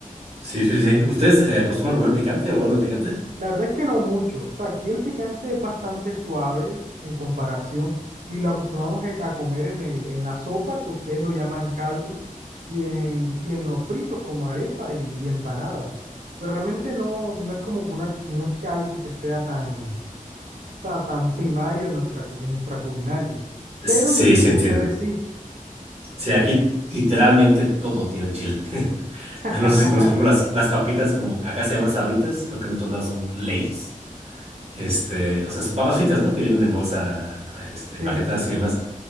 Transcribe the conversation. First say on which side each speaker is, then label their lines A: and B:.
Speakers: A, on the right; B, on the right.
A: Sí, sí, sí. ¿Ustedes eh, acostumbran comer picante o algo de picante?
B: La verdad es que no mucho. O sea, aquí el picante es bastante suave en comparación y lo acostumbramos a a comer en el, en la sopa, que ustedes lo llaman caldo, y en, y en los fritos como arepa y, y empanada. Pero realmente no, no es como que una, no es que algo que sea tan, o sea, tan primario en nuestra, cu- en nuestra culinaria.
A: Sí,
B: Pero yo sé
A: sí,
B: que Sí.
A: entiendo.
B: ustedes sí.
A: Sí, aquí literalmente todo tiene chile. <laughs>
B: <laughs>
A: Ah, No sé si conoces, por ejemplo, las, las papitas, como acá se llaman sabritas, creo que en otros lados son Lay's. Este, o sea, son papas fritas, ¿no? Que vienen en bolsa, este,
B: Sí.
A: empaquetadas y demás.